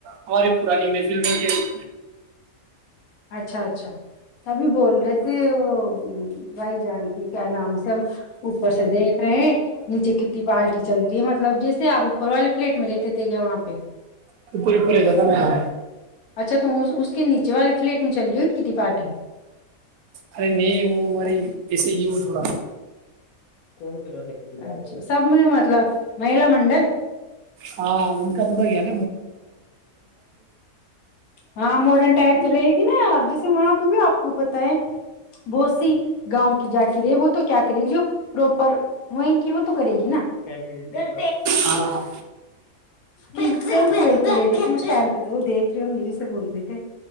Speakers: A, on the right (about 80°); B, on the left (about 75°).
A: ہمارے پرانی میں <unintelligible> ف کیا <unintelligible>
B: اچھا اچھا تبھی بول رہے تھے وہ بھائی جان کی کیا نام سے ہم اوپر سے دیکھ رہے ہیں نیچے کٹی پالٹی چل رہی ہے مطلب جیسے آپ اوپر والے فلیٹ میں رہتے تھے کیا وہاں پ
A: پ پور پور ہے گ تھا میں <unintelligible>
B: اچھا تو اس کے نیچے والے فلیٹ میں چل رہی ہو کتنی پارٹی
A: ارے نہیں وہ ہماری کیسے ہی وہ تھوڑا
B: کوئی کر د اچھا سب م مطلب مہیلا منڈل
A: ہاں ان کا تھوڑا گیا ن <unintelligible>
B: ہاں موڈنٹ آت ری <unintelligible> نا یار جیسے وہاں پہ بھی آپ کو پت ہے بہت سی گاؤں کی جا کے رہے وہ تو کیا کرے گی جو پروپر وہیں کی وہ تو کرے گی نا تے کر
A: ہاں
B: <unintelligible> تی لیےیسسپت تو دیک سے بول رہی